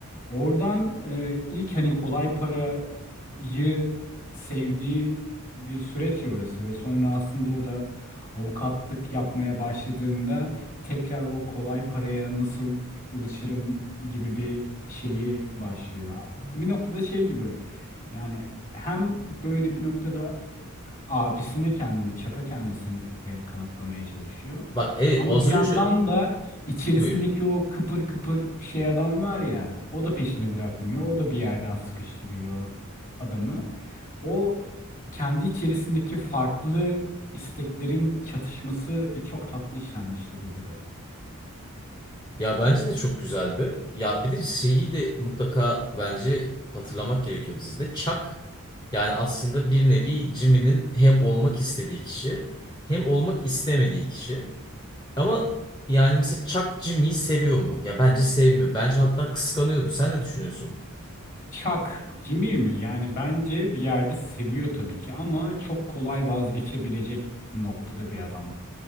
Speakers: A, on the left; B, on the left.
A: Oradan e, ilk hani kolay parayı sevdiği bir süreç ya orası ve sonra aslında o da avukatlık yapmaya başladığında tekrar o kolay paraya nasıl ulaşırım gibi bir şeyi başlıyor. Bir noktada şey gibi yani hem böyle bir noktada abisine kendini, çaka kendisini e, kanıtlamaya çalışıyor.
B: Bak evet
A: Ama
B: o az
A: bir yandan
B: önce
A: da içerisindeki
B: buyur.
A: o kıpır kıpır şey adam var ya, o da peşini bırakmıyor. O da bir yerden sıkıştırıyor adamı. O kendi içerisindeki farklı isteklerin çatışması çok tatlı işlenmişti dizide.
B: Ya bence de çok güzeldi. Ya bir de şeyi de mutlaka bence hatırlamak gerekiyor dizide. Chuck yani aslında bir nevi Jimmy'nin hem olmak istediği kişi hem olmak istemediği kişi. Ama yani mesela Chuck Jimmy'yi seviyor mu? Ya bence sevmiyor. Bence hatta kıskanıyordu. Sen ne düşünüyorsun?
A: Chuck kimi mi? Yani bence bir yerde seviyor tabii ki ama çok kolay vazgeçebilecek noktada bir adam